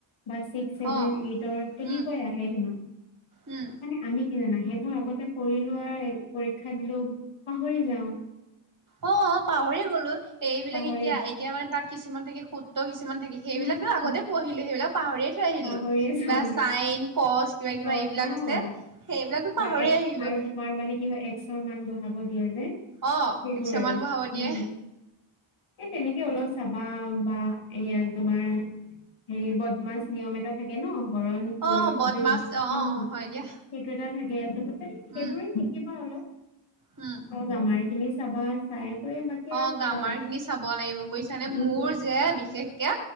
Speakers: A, on the left; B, on the right.
A: বা ছিক্স ছেভেন
B: অ
A: এইটৰ তেনেকুৱাই
B: উম
A: আহে হেনো
B: উম
A: মানে আমি কি জানা সেইবোৰ আগতে কৰিলো আৰু পৰীক্ষা দিলো পাহৰি যাওঁ
B: অ', পাহৰিয়েই গলো এইবিলাক
A: পাহৰি
B: এতিয়া এতিয়া মানে তাত কিছুমান থাকে সুত্ ত কিছুমান থাকে সেইবিলাকতো
A: উম
B: আগতে
A: উম,
B: পঢ়িলো সেইবিলাক পাহৰিয়ে থৈ আহিলো
A: পাহৰিয়ে
B: কিবা
A: যাওঁগে
B: চাইন কচ কিবা কিবা
A: কচ
B: এইবিলাক
A: অ
B: আছে সেইবিলাকতো পাহৰিয়ে
A: এক
B: আহিলো
A: আৰু তোমাৰ মানে কি হয় এস্কৰ মান বহাব দিয়ে যে সেইবোৰ
B: অ কিছুমান
A: আৰু
B: বঢ়াব দিয়ে
A: উম এই তেনেকে অলপ চাবা বা এইয়া তোমাৰ হেৰি বদমাছ নিয়ম এটা থাকে ন হৰণ পুৰণ
B: অ বদমাছ
A: যোগ
B: অ
A: উম
B: অ
A: সেইটো
B: হয় দিয়া
A: এটা থাকে আৰু সেইবোৰে
B: উম,
A: শিকিবা অলপ
B: উম,
A: অ', গামাৰ খিনি চাবা ফ্ৰাই কৰি বাকী আৰু
B: অ',
A: কি
B: গামাৰ
A: আৰু
B: খিনি চাব লাগিব বুইছ মানে
A: উম
B: মোৰ যে বিশেষকে